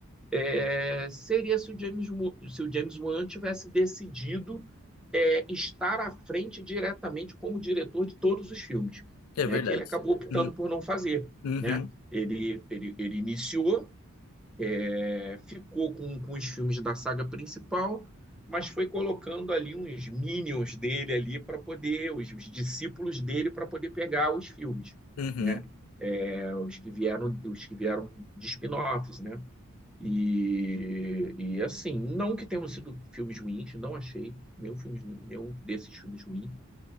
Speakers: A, in the centre; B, on the left.
A: é, seria se o James, Mo- se o James Wan tivesse decidido é, estar à frente diretamente como diretor de todos os filmes,
B: É
A: né?
B: verdade.
A: Que ele acabou optando
B: Uhum,
A: por não fazer,
B: uhum,
A: né? Ele, ele, ele iniciou, é, ficou com, com os filmes da saga principal, mas foi colocando ali uns minions dele ali para poder, os, os discípulos dele para poder pegar os filmes,
B: uhum,
A: né? É, os que vieram, os que vieram de spin-offs, né? E, e assim, não que tenham sido filmes ruins, não achei nenhum, filme, nenhum desses filmes ruim.